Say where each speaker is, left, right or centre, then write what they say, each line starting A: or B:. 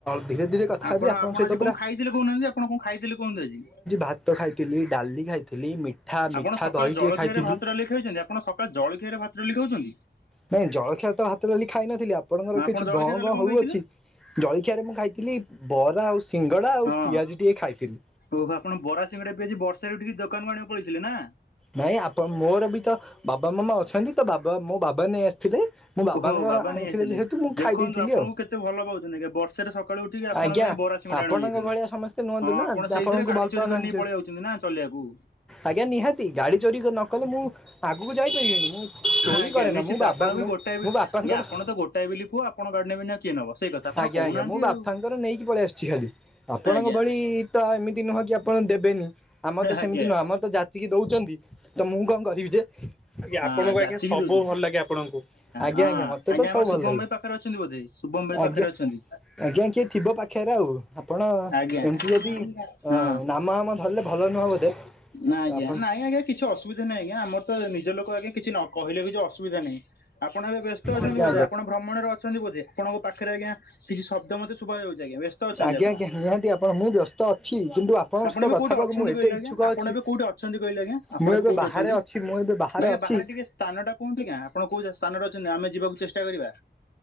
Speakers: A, in the centre; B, on the left (about 60°).
A: ଧୀରେ ଧୀରେ କଥା
B: ଆପଣ
A: ହେବି ଆପଣଙ୍କ
B: ଆପଣ
A: ସହିତ
B: ଆଜି
A: ପୁରା
B: କଣ ଖାଇଥିଲେ କହୁନାହାନ୍ତି ଆପଣ କଣ ଖାଇଥିଲେ କୁହନ୍ତୁ ଆଜି?
A: ଭାତ ଖାଇଥିଲି ଡାଲି ଖାଇଥିଲି ମିଠା ମିଠା
B: ଆପଣ ସକାଳ
A: ଦହି
B: ଜଳଖିଆରେ
A: ଟିକେ ଖାଇଥିଲି।
B: ଭାତ ଡାଲି ଖାଇଛନ୍ତି ଆପଣ ସକାଳ ଜଳଖିଆରେ ଭାତ ଡାଲି ଖାଉଛନ୍ତି?
A: ନାଇଁ ଜଳଖିଆ ତ ହାତ ଡାଲି ଖାଇ ନଥିଲି ଆ ଆପଣଙ୍କର
B: ଆପଣ
A: କିଛି
B: ଜଳଖିଆ
A: ଗଁ
B: ତାହେଲେ
A: ଗଁ
B: କଣ
A: ହଉଅଛି?
B: ଖାଇଥିଲେ?
A: ଜଳଖିଆରେ ମୁଁ ଖାଇଥିଲି ବରା ଆଉ ସିଙ୍ଗଡା ଆଉ
B: ହଁ
A: ପିଆଜି ଟିକେ ଖାଇଥିଲି।
B: ଓହୋ ଆପଣ ବରା ସିଙ୍ଗଡା ପିଆଜି ବର୍ଷାରେ ଉଠିକି ଦୋକାନକୁ ଆଣିବାକୁ ପଳେଇଥିଲେ ନା?
A: ନାଇଁ ଆପଣ ମୋର ବି ତ ବାବା ମାମା ଅଛନ୍ତି ତ ବାବା ମୋ ବାବା ନେଇ ଆସିଥିଲେ। ମୋ ବାବାଙ୍କ
B: ଓହୋ ବାବା
A: ଆଣିଥିଲେ
B: ନେଇ ଆସିଥିଲେ
A: ଯେହେତୁ ମୁଁ ଖାଇ
B: ଦେଖନ୍ତୁ
A: ଦେଇଥିଲି
B: ଆପଣଙ୍କୁ
A: ଆଉ
B: କେତେ ଭଲ ପାଉଛନ୍ତି ଆଜ୍ଞା ବର୍ଷାରେ ସକାଳୁ ଉଠିକି ଆପଣଙ୍କ
A: ଆଜ୍ଞା
B: ପାଇଁ ବରା ସିଙ୍ଗଡ଼ା
A: ଆପଣଙ୍କ
B: ଆଣିବାକୁ ଯାଇଥିଲେ
A: ଭଳିଆ ସମସ୍ତେ ନୁହନ୍ତୁ
B: ହଁ
A: ନା
B: ଆପଣ ସେଇଥିରେ
A: ଆପଣଙ୍କୁ
B: ଗାଡି
A: ଭଲ
B: ଚୋରି
A: ପାଉନାହାନ୍ତି
B: କରି ନେଇ
A: ଯେହେତୁ
B: ପଳେଇ ଯାଉଛନ୍ତି ନା ଚଲେଇବାକୁ।
A: ଆଜ୍ଞା ନିହାତି। ଗାଡ଼ି ଚୋରି ନ କଲେ ମୁଁ ଆଗକୁ ଯାଇପାରିବିନି ମୁଁ ଚୋରି
B: ଆଜ୍ଞା
A: କରେନା
B: ନିଶ୍ଚିତ
A: ମୁଁ ବାବା
B: ଆପଣ
A: ମୁଁ
B: ବି ଗୋଟାଏ ବି
A: ମୁଁ ବାପାଙ୍କର
B: ଆଜ୍ଞା ଆପଣ ତ ଗୋଟାଏ ବିଲି ପୁଅ ଆପଣ ଗାଡି ନେବେନି ଆଉ କିଏ ନବ ସେଇ କଥା ଆପଣ
A: ଆଜ୍ଞା
B: କହୁନାହାନ୍ତି
A: ଆଜ୍ଞା ମୁଁ ବାପାଙ୍କର
B: ଆଉ।
A: ନେଇକି ପଳେଇ ଆସିଚି ଖାଲି। ଆପଣଙ୍କ
B: ଆଜ୍ଞା
A: ଭଳି ତ ଏମିତି ନୁହଁ କି ଆପଣ ଦେବେନି ଆମର ତ ସେମିତି
B: ଆଜ୍ଞା
A: ନୁହଁ ଆମର ତ ଜାଚିକି ଦ କହୁଛନ୍ତି ତ ମୁଁ କଣ କରିବି ଯେ? ଆଜ୍ଞା
B: ହଁ
A: ଆପଣଙ୍କୁ
B: ଯାଚିକି
A: ଆଜ୍ଞା ସବୁ
B: ଦଉଛି
A: ଭଲ ଲାଗେ ଆପଣଙ୍କୁ ଆଜ୍ଞା
B: ହଁ
A: ଆଜ୍ଞା ମତେ ତ ସବୁ
B: ଆମର
A: ଭଲ
B: ଶୁଭମ
A: ଲାଗେ।
B: ଭାଇ ପାଖରେ ଅଛନ୍ତି ବୋଧେ ଶୁଭମ ଭାଇ
A: ଆଜ୍ଞା
B: ପାଖରେ ଅଛନ୍ତି
A: ଆଜ୍ଞା କିଏ ଥିବ ପାଖରେ ଆଉ? ଆପଣ
B: ଆଜ୍ଞା
A: ଏମିତି ଯଦି
B: ହଁ।
A: ଅ ନାମ ହାମ ଧରିଲେ ଭଲ ନୁହଁ ବୋଧେ।
B: ନାଁ
A: ତ
B: ଆଜ୍ଞା
A: ଆପଣ
B: ନାଇଁ ଆଜ୍ଞା କିଛି ଅସୁବିଧା ନାଁ ଆଜ୍ଞା ଆମର ତ ନିଜ ଲୋକ ଆଜ୍ଞା କିଛି କହିଲେ କିଛି ଅସୁବିଧା ନାହିଁ। ଆପଣ ଏବେ ବ୍ୟସ୍ତ ଅଛନ୍ତି
A: ଆଜ୍ଞା
B: ବୋଧେ
A: ଆଜ୍ଞା
B: ଆପଣ ଭ୍ରମଣରେ ଅଛନ୍ତି ବୋଧେ ଆପଣଙ୍କ ପାଖରେ ଆଜ୍ଞା କିଛି ଶବ୍ଦ ମତେ ଶୁଭା ଯାଉଛି। ବ୍ୟସ୍ତ ଅଛନ୍ତି
A: ଆଜ୍ଞା
B: ଆପଣ
A: ଆଜ୍ଞା ନିହାତି ଆପଣ ମୁଁ ବ୍ୟସ୍ତ ଅଛି କିନ୍ତୁ ଆପଣଙ୍କ
B: ଆପଣ
A: ସହିତ
B: ଏବେ
A: କଥା
B: କୋଉଠି
A: ହେବାକୁ
B: ଅଛନ୍ତି
A: ମୁଁ ଏତେ
B: କହିଲେ
A: ଇଚ୍ଛୁକ
B: ଆଜ୍ଞା ଆପଣ
A: ଅଛି
B: ଏବେ କୋଉଠି ଅଛନ୍ତି କହିଲେ ଆଜ୍ଞା ଆପଣ
A: ମୁଁ
B: ଏବେ କୋଉଠି
A: ବାହାରେ
B: ଅଛନ୍ତି?
A: ଅଛି ମୁଁ ଏବେ
B: ଆଜ୍ଞା
A: ଅଛି
B: ବାହାରେ ଟିକେ ସ୍ଥାନ ଟା କୁହନ୍ତି ଆଜ୍ଞା ଆପଣ କୋଉ ସ୍ଥାନରେ ଅଛନ୍ତି ଆମେ ଯିବାକୁ ଚେଷ୍ଟା କରିବା।